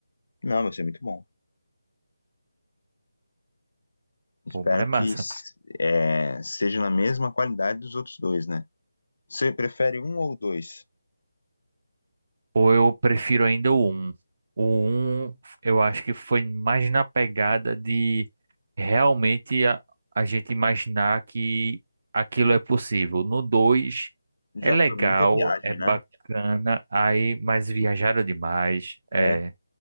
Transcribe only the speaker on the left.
Não, vai ser muito bom. Espero
que s- é, seja na mesma qualidade dos outros dois, né? Você prefere um ou dois?
Já
foi muita viagem,
né?
É.